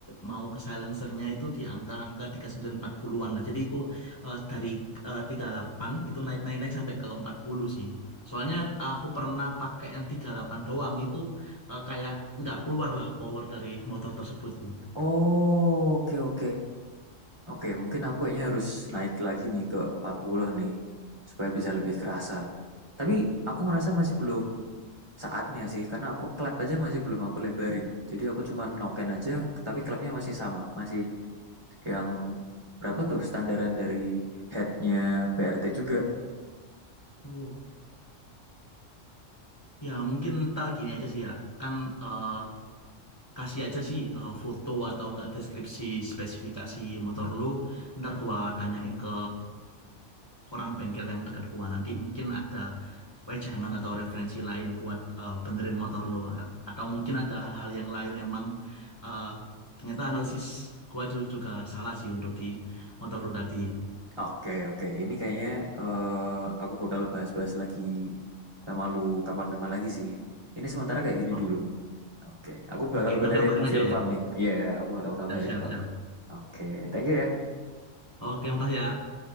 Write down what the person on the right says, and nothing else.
Oh, oke oke. Oke, mungkin aku kayaknya harus naik lagi nih ke 40 nih supaya bisa lebih kerasa. Tapi aku ngerasa masih belum saatnya sih karena aku klep aja masih belum aku lebarin. Jadi aku cuma noken aja tapi klepnya masih sama, masih Yang berapa tuh standaran dari headnya BRT juga?
Oke, oke. Ini kayaknya eh, aku bakal bahas-bahas lagi sama lu kapan-kapan lagi sih. Ini sementara kayak gini
dulu. Oke, aku bakal
benerin
fuel
pump nih. Iya, aku bakal kabarin
kok.
Oke, thank you ya.